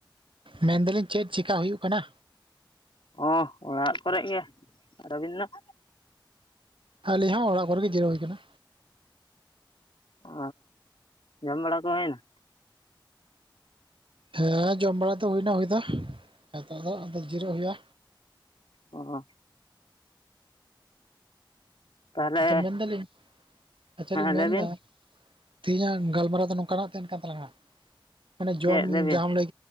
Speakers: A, on the right (about 85°); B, on the left (about 85°).
A: ᱢᱮᱱ ᱮᱫᱟᱞᱤᱧ ᱪᱮᱫ ᱪᱮᱠᱟ ᱦᱩᱭᱩᱜ ᱠᱟᱱᱟ?
B: ᱚ ᱚᱲᱟᱜ ᱠᱚᱨᱮ ᱜᱮ ᱾ ᱟᱨ ᱟᱵᱤᱱ ᱱᱟᱦ?
A: ᱟᱹᱞᱤᱧ ᱦᱚᱸ ᱚᱲᱟᱜ ᱠᱚᱨᱮᱜ ᱜᱮ ᱡᱤᱨᱟᱹᱣ ᱦᱩᱭ ᱟᱠᱟᱱᱟ᱾
B: ᱚ ᱡᱚᱢ ᱵᱟᱲᱟ ᱠᱚ ᱦᱩᱭ ᱮᱱᱟ?
A: ᱦᱮᱸ ᱡᱚᱢ ᱵᱟᱲᱟ ᱫᱚ ᱦᱩᱭᱮᱱᱟ ᱦᱩᱭ ᱫᱚ ᱱᱤᱛᱚᱜ ᱫᱚ ᱟᱫᱚ ᱡᱤᱨᱟᱹᱜ ᱦᱩᱭᱩᱜᱼᱟ᱾
B: ᱚ ᱛᱟᱦᱚᱞᱮ
A: ᱟᱪᱪᱷᱟ ᱢᱮᱱ ᱮᱫᱟᱞᱤᱧ ᱟᱪᱪᱷᱟ
B: ᱦᱮᱸ
A: ᱞᱤᱧ
B: ᱞᱟᱹᱭ
A: ᱢᱮᱱ
B: ᱵᱤᱱ
A: ᱮᱫᱟ ᱛᱮᱦᱮᱧᱟᱜ ᱜᱟᱞᱢᱟᱨᱟᱣ ᱫᱚ ᱱᱚᱝᱠᱟᱱᱟᱜ ᱛᱟᱦᱮᱱ ᱠᱟᱱ ᱛᱟᱞᱟᱝᱟ ᱢᱟᱱᱮ
B: ᱪᱮᱫ
A: ᱡᱚᱢ
B: ᱵᱤᱱ
A: ᱡᱟᱦᱟᱢ ᱞᱟᱹᱭ